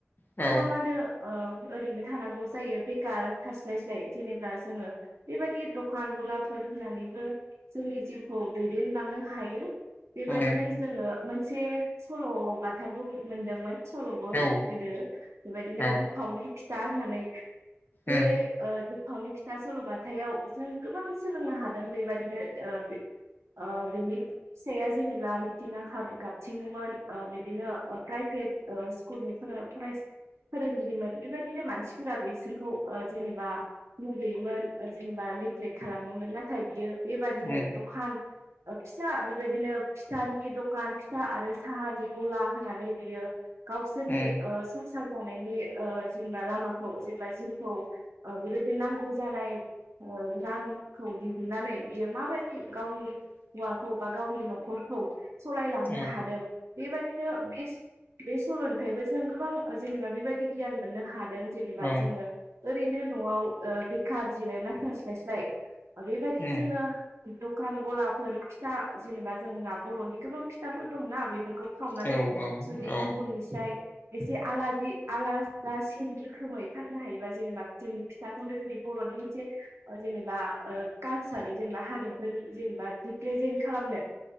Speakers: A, on the left; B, on the right.
A: औ
B: गोबाङानो ओ ओरैनो थानांगौ जायो बेकार थास्लायस्लाय जेनेबा जोङो बेबायदि दखान गलाफोर होनानैबो जोंनि जिउखौ दैदेनलांनो हायो। बेबादिनो
A: उम
B: जोङो मोनसे सल' बाथाबो मोनदोंमोन। सल'बो
A: औ
B: गोदो बिदिनो
A: औ
B: दुमफावनि फिथा होननानै बे
A: उम
B: ओ <unintelligible> <unintelligible> फिथा सल'बाथायाव जों गोबां सोलोंनो हादों बेबायदिनो ओ बे ओ बेनि फिसाइया जेनेबा मिथिङा <unintelligible> गाबथिङोमोन ओ बिदिनो ओ प्राइभेट ओ स्कुलनिफोरा फराय फोरोंगिरिमोन बेबायदिनो मानसिफोरा बिसोरखौ ओ जेनेबा मुगैयोमोन ओ जेनेबा नेग्लेक्ट खालामोमोन नाथाय बियो बेबादिनो
A: उम
B: दखान ओ फिसा बेबायदिनो फिथानि दखान फिथा आरो साहानि गला होनानै बियो गावसोरनि
A: उम
B: ओ सं जानायनि ओ जेनेबा लामाखौ जेनेबा जिउ खौ ओ बेबायदि नांगौ जानाय ओ रांखौ दिहुननानै बियो माबा गावनि हौवाखौ बा गावनि नखरखौ सालायलांनो
A: औ
B: हादों बेबायदिनो बे बे सल'निफ्रायबो जों गोबां ओ जेनेबा बेबायदि गियान मोननो हादों जेनेबा
A: औ
B: जोङो ओरैनो नवाव ओ बेखार जिरायना थास्लायस्लाय बेबायदि
A: उम
B: जोङो दखान गलाफोर फिथा जेनेबा जोंना बर'नि गोबां फिथाफोर दंना बेफोरखौ सावनानै
A: औ
B: जुदि
A: औ
B: गुबुननिसाय जि आलाजि आलादा सिन रोखोमै फाननो हायोबा जेनेबा जोंनि फिथाखौनो जोंनि बर'नि। जेनेबा ओ। हिसार जेनेबा हारिमुफोर जेनेबा। प्रेजेन्ट। खालामनो